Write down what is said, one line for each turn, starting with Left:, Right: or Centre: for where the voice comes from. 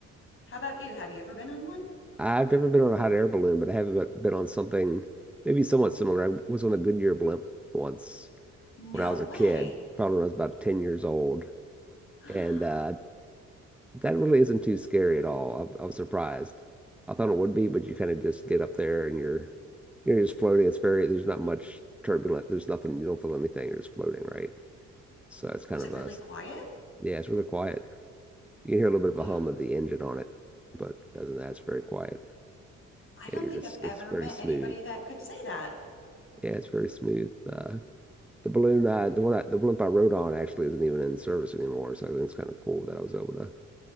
Left: How about you? Have you ever been on one?
Centre: I've never been on a hot air balloon, but I have been been on something maybe somewhat similar. I was on a Goodyear blimp once
Left: No
Centre: when I was
Left: way.
Centre: a kid, probably when I was about 10 years old.
Left: <gasps>
Centre: And uh, that really isn't too scary at all. I, I was surprised. I thought it would be, but you kind of just get up there and you're you're just floating. It's very, there's not much turbulent. There's nothing, you don't feel anything. You're just floating, right? So it's kind
Left: Was it
Centre: of
Left: really
Centre: a,
Left: quiet?
Centre: yeah, it's really quiet. You can hear a little bit of
Left: Ah,
Centre: a hum of the engine on it, but other than that, it's very quiet
Left: I don't
Centre: and you're
Left: think
Centre: just,
Left: I've ever
Centre: it's very
Left: met
Centre: smooth.
Left: anybody that could say that.
Centre: Yeah, it's very smooth. Uh, the balloon, uh, the one I, the blimp I rode on actually isn't even in service anymore, so I think it's kind of cool that I was able to